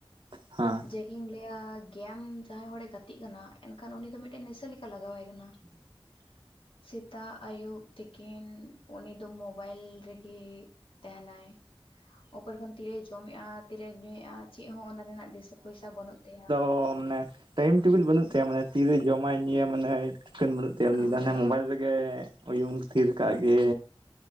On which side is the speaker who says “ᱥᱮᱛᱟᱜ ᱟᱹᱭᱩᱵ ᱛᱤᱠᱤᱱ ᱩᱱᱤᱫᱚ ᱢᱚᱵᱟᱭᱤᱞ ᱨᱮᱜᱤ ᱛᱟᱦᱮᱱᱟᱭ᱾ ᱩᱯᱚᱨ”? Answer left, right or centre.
Left